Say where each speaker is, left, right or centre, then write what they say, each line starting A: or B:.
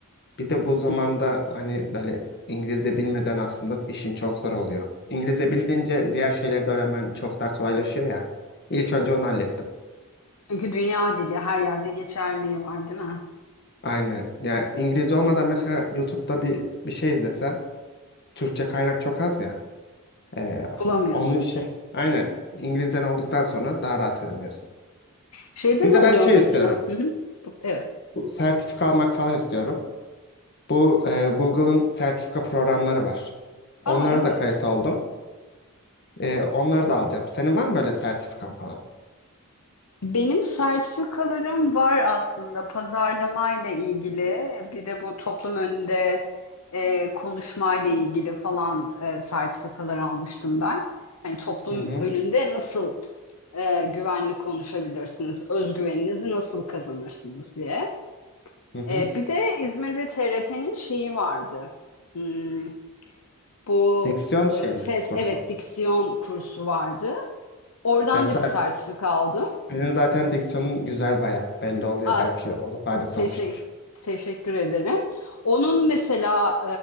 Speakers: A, on the left; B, on the left.
A: Bir de bu zamanda
B: Hı.
A: hani böyle İngilizce bilmeden aslında işin çok zor oluyor. İngilizce bilince diğer şeyleri de öğrenmen çok daha kolaylaşıyor ya. İlk önce onu hallettim.
B: Çünkü dünya dili her yerde geçerliği var, değil mi?
A: Aynen. Ya İngilizce olmadan mesela YouTube'da bir bir şey izlesen Türkçe kaynak çok az ya. Ee,
B: Bulamıyorsun.
A: onu şey aynen İngilizden olduktan sonra daha rahat öğreniyorsun.
B: Şeyde
A: Bir
B: de
A: de
B: oluyor
A: ben şey
B: mesela.
A: istiyorum.
B: Hı hı. Bu- Evet.
A: Bu sertifika almak falan istiyorum. Bu e, Google'ın sertifika programları var. Onlara
B: Aa evet.
A: da kayıt oldum. E, onları da alacağım. Senin var mı böyle sertifikan falan?
B: Benim sertifikalarım var aslında pazarlamayla ilgili. Bir de bu toplum önünde e, konuşmayla ilgili falan e, sertifikalar almıştım ben. Hani toplum
A: Hı hı.
B: önünde nasıl e, güvenli konuşabilirsiniz, özgüveninizi nasıl kazanırsınız diye.
A: Hı hı.
B: E, bir de İzmir'de TRT'nin şeyi vardı. Hmm, bu
A: Diksiyon şey
B: e, ses,
A: mi kursu?
B: evet diksiyon kursu vardı. Oradan
A: Ya sen,
B: da bir sertifika aldım.
A: senin zaten diksiyonun güzel baya belli oluyor.
B: Ah,
A: Belki ona faydası
B: teşe-
A: olmuştur.
B: teşekkür ederim. Onun mesela